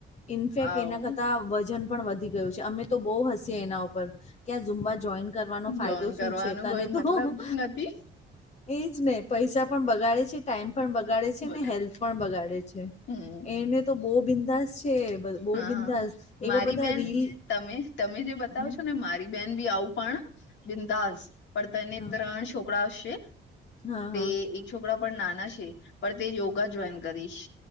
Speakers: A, on the left (about 35°); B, on the left (about 70°).
A: ઇનફેક્ટ
B: આવું
A: એના કરતાં વજન પણ વધી ગયું છે અમે તો બહુ હસીએ એના ઉપર ક્યાં ઝૂમબા જોઈન કરવાનો ફાયદો
B: જોન
A: શું
B: કરવાનું
A: છે તને
B: કોઈ
A: તો
B: મતલબ જ નથી
A: એજ ને પૈસા પણ બગાડે છે. ટાઈમ પણ બગાડે છે,
B: બ
A: હેલ્થ પણ બગાડે છે,
B: હમ
A: એને તો બહુ બિંદાસ છે બહુ
B: હા
A: બિંદાસ એવા
B: મારી
A: બધા
B: બેન
A: રીલ
B: તમે તમે જે બતાવો
A: હમ,
B: છો ને મારી બેન ભી આવું પણ બિંદાસ પણ તને
A: હા
B: ત્રણ છોકરા આવશે
A: હા હા
B: તે એક છોકરા પણ નાના છે પણ તે યોગા જોઈન કરીશ,